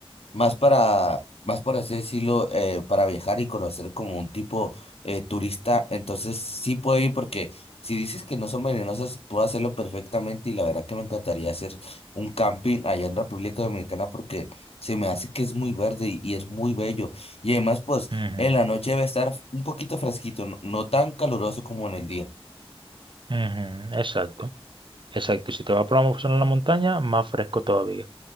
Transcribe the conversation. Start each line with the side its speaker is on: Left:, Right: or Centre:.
Left: Más para, más para así decirlo, eh, para viajar y conocer como un tipo eh, turista, entonces sí puedo ir porque si dices que no son venenosas, puedo hacerlo perfectamente y la verdad que me encantaría hacer un camping allá en República Dominicana porque se me hace que es muy verde y, y es muy bello. Y además, pues
Right: Ujú,
Left: en la noche va a estar un poquito fresquito, no, no tan caluroso como en el día.
Right: ujú, exacto. Exacto. Si te vas por una zona en la montaña, más fresco todavía.